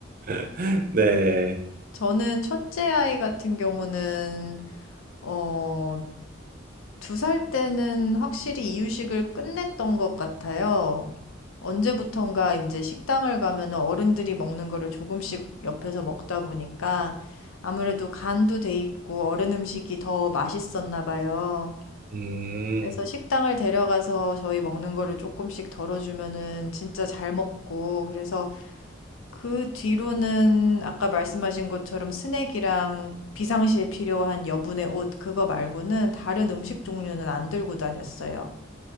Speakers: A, on the right; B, on the left.
A: <laughs> 네,
B: 저는 첫째 아이 같은 경우는 어 두 살 때는 확실히 이유식을 끝냈던 것 같아요. 언제부턴가 이제 식당을 가면 어른들이 먹는 거를 조금씩 옆에서 먹다 보니까 아무래도 간도 돼 있고 어른 음식이 더 맛있었나 봐요.
A: 음,
B: 그래서 식당을 데려가서 저희 먹는 거를 조금씩 덜어주면은 진짜 잘 먹고, 그래서 그 뒤로는 아까 말씀하신 것처럼 스낵이랑 비상시에 필요한 여분의 옷, 그거 말고는 다른 음식 종류는 안 들고 다녔어요.